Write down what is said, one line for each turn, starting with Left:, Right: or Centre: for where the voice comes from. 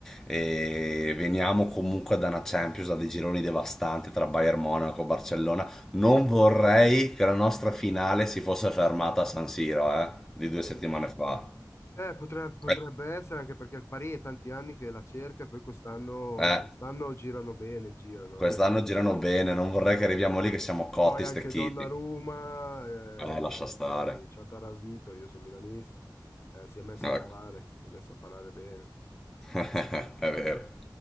Centre: E veniamo comunque da una Champions, da dei gironi devastanti tra Bayern Monaco e Barcellona. Non vorrei che la nostra finale si fosse fermata a San Siro, eh, di due settimane fa.
Left: Eh, potre- potrebbe,
Centre: Eh,
Left: essere anche perché il Pari è tanti anni che la cerca e poi quest'anno
Centre: eh.
Left: quest'anno girano bene, girano.
Centre: Quest'anno
Left: eh.
Centre: girano bene, non vorrei che arriviamo lì che siamo cotti,
Left: Poi anche
Centre: stecchiti.
Left: Donnarumma, eh,
Centre: Eh, lascia stare.
Left: che ci ha taravito, io sono milanista, eh, si è messo
Centre: Ecco,
Left: a parlare, si è messo a parlare bene.
Centre: <laughs> è vero.